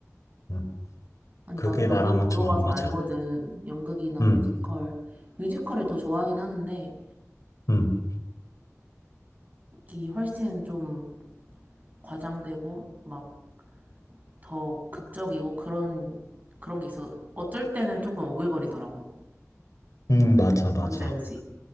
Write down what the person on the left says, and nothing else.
음,
그게
나랑은
좀
안 맞아.
음,
음,
음, 맞아, 맞아.